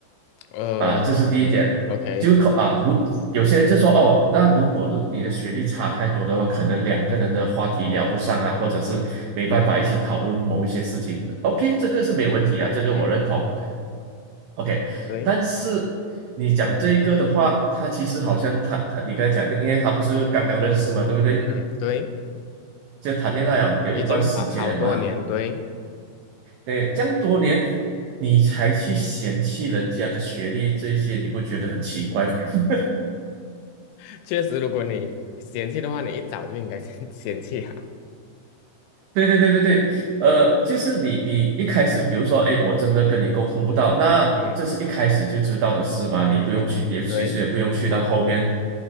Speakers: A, on the left; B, on the right.
A: 呃嗯嗯
B: 啊？这是第一点，
A: OK
B: 就可啊，如有些人就说哦，那如果如你的学历差太多的话，可能两个人的话题聊不上啊，或者是没办法一起讨论某一些事情的
A: 嗯
B: OK，这个是没有问题啊，这个我认同。
A: 嗯
B: OK，
A: 对
B: 但是你讲这一个的话，他其实好像他他你刚才讲的，因为他不是刚刚认识嘛，对不对？
A: 嗯对，
B: 就谈恋爱有有一段时间了嘛，
A: 已经好好多年对，
B: 哎，这样多年你才去嫌弃人家的学历这些，你不觉得很奇怪吗？<laughs>
A: <laughs> 确实如果你嫌弃的话，你一早就应该先 <laughs> 嫌弃啊。
B: 对对对对对，呃，就是你你一开始，比如说，哎，我真的跟你沟通不到，那这是一开始就知道的事嘛，
A: 嗯
B: 你不用去，
A: 嗯嗯，
B: 也其实也不用去到后面，
A: 对。